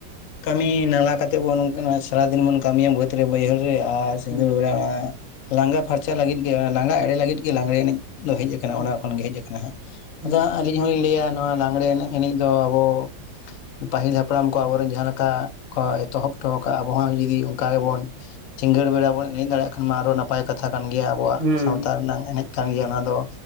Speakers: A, on the left; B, on the right.
A: ᱠᱟᱹᱢᱤ ᱱᱟᱞᱟ ᱠᱟᱛᱮᱫ ᱵᱚᱱ ᱥᱟᱨᱟ ᱫᱤᱱ ᱵᱚᱱ ᱠᱟᱹᱢᱤᱭᱟ ᱵᱟᱹᱫᱽ ᱨᱮ ᱵᱟᱹᱭᱦᱟᱹᱲ ᱨᱮ ᱟᱨ ᱥᱤᱸᱜᱟᱹᱲ
B: ᱦᱩᱸ
A: ᱵᱮᱲᱟ ᱞᱟᱸᱜᱟ ᱯᱷᱟᱨᱪᱟ ᱞᱟᱹᱜᱤᱫ ᱜᱮ ᱞᱟᱸᱜᱟ <unintelligible> ᱞᱟᱹᱜᱤᱫ ᱜᱮ ᱞᱟᱜᱽᱲᱮ ᱮᱱᱮᱡ ᱫᱚ ᱦᱮᱡ ᱠᱟᱱᱟ᱾
B: ᱦᱩᱸ
A: ᱚᱱᱟ ᱠᱷᱚᱱ ᱜᱮ ᱦᱮᱡ ᱟᱠᱟᱱᱟ ᱦᱟᱸᱜ
B: ᱦᱩᱸ ᱦᱩᱸ ᱦᱩᱸ ᱦᱩᱸ
A: ᱟᱫᱚ ᱟᱹᱞᱤᱧ ᱦᱚᱞᱤᱧ ᱞᱟᱹᱭᱟ ᱱᱚᱣᱟ ᱞᱟᱜᱽᱬᱮ ᱮᱱᱮᱡ ᱮᱱᱮᱡ ᱫᱚ ᱟᱵᱚ ᱯᱟᱹᱦᱤᱞ ᱦᱟᱯᱲᱟᱢ ᱠᱚ ᱟᱵᱚ ᱨᱮᱱ ᱡᱟᱦᱟᱸ ᱞᱮᱠᱟᱼᱼ ᱠᱚ ᱮᱛᱚᱦᱚᱵ ᱦᱚᱴᱚ ᱠᱟᱜᱼᱟ ᱟᱵᱚ ᱦᱚᱸ ᱡᱩᱫᱤ ᱚᱱᱠᱟ ᱜᱮ ᱵᱚᱱ ᱥᱤᱸᱜᱟᱹᱲ ᱵᱮᱲᱟ ᱵᱚᱱ ᱮᱱᱮᱡ ᱫᱟᱲᱮᱭᱟᱜ ᱠᱷᱟᱱ ᱢᱟ ᱟᱨᱚ ᱱᱟᱯᱟᱭ ᱠᱟᱛᱷᱟ ᱠᱟᱱ ᱜᱮᱭᱟ ᱟᱵᱚᱣᱟᱜ
B: ᱦᱩᱸ
A: ᱥᱟᱶᱛᱟ ᱨᱮᱱᱟᱜ ᱮᱱᱮᱡᱼᱼ ᱠᱟᱱ ᱜᱮᱭᱟ ᱱᱚᱣᱟ ᱫᱚ